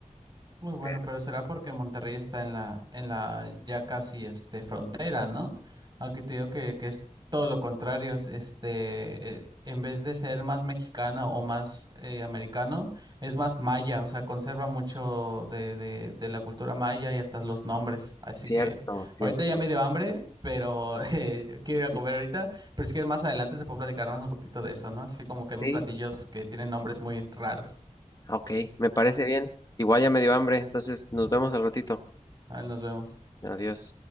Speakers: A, on the right; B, on the left.
A: Muy bueno,
B: Pero
A: pero será porque Monterrey está en la, en la ya casi este frontera, ¿no? Aunque te digo que, que es todo lo contrario, es, este, eh, en vez de ser más mexicano o más eh, americano, es más maya, o sea, conserva mucho de, de, de la cultura maya y hasta los nombres. Así
B: cierto,
A: que
B: cierto.
A: ahorita ya me dio hambre, pero <laughs> eh, yo quiero ir a comer
B: Sí,
A: ahorita, pero es que más adelante te puedo platicar más un poquito de eso, ¿no? Así que como que hay unos
B: sí.
A: platillos que tienen nombres muy raros.
B: ok, me parece
A: Ujú.
B: bien. Igual ya me dio hambre, entonces nos vemos al ratito.
A: Ahí nos vemos.
B: Adiós.